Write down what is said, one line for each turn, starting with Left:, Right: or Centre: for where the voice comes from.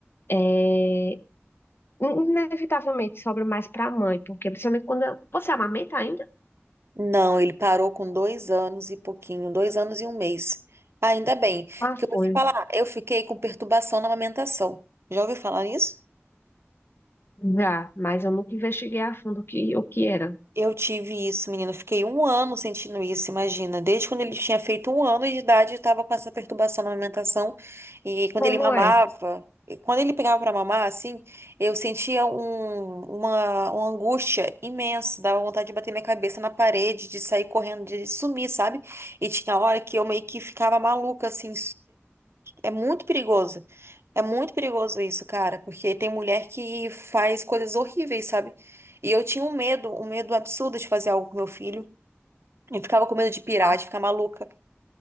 Left: é inevitavelmente sobra mais para a mãe, porque principalmente quando eu- você amamenta ainda?
Right: Não, ele parou com dois anos e pouquinho, dois anos e um mês. Ainda bem,
Left: Ah,
Right: porque
Left: foi,
Right: eu vou te falar, eu fiquei com perturbação na amamentação. Já ouviu falar nisso?
Left: já, mas eu nunca investiguei a fundo o que, o que era.
Right: Eu tive isso, menina. Eu Fiquei um ano sentindo isso, imagina. Desde quando ele tinha feito um ano de idade, eu estava com essa perturbação na alimentação E quando
Left: Como
Right: ele mamava,
Left: é?
Right: e quando ele pegava para mamar, assim, eu sentia um- uma, uma angústia imensa. Dava vontade de bater minha cabeça na parede, de sair correndo, de sumir, sabe? E tinha hora que eu meio que ficava maluca, assim, é muito perigoso. É muito perigoso isso, cara, porque tem mulher que faz coisas horríveis, sabe? E eu tinha um medo, um medo absurdo de fazer algo com meu filho. Eu ficava com medo de pirar,
Left: Já.
Right: de ficar maluca,